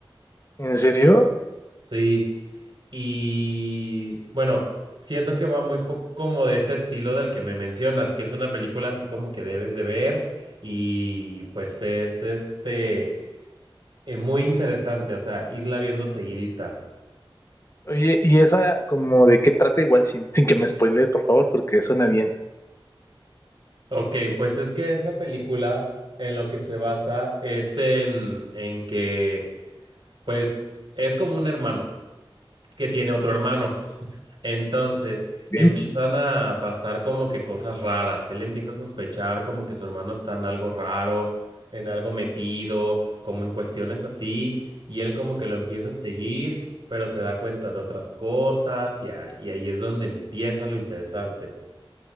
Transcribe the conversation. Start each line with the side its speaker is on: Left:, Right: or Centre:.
Left: ¿En serio?
Right: Sí. Y bueno, siento que va muy poco como de ese estilo del que me mencionas, que es una película así como que debes de ver y pues es este eh, muy interesante, o sea, irla viendo seguidita.
Left: Oye, ¿y esa como de qué trata igual sin, sin que me spoilees, por favor, porque suena bien?
Right: Ok, pues es que esa película en lo que se basa es en, en que pues es como un hermano que tiene otro hermano. Entonces
Left: Ok.
Right: empiezan a pasar como que cosas raras. Él empieza a sospechar como que su hermano está en algo raro, en algo metido, como en cuestiones así. Y él como que lo empieza a seguir, pero se da cuenta de otras cosas y, a- y ahí es donde empieza lo interesante.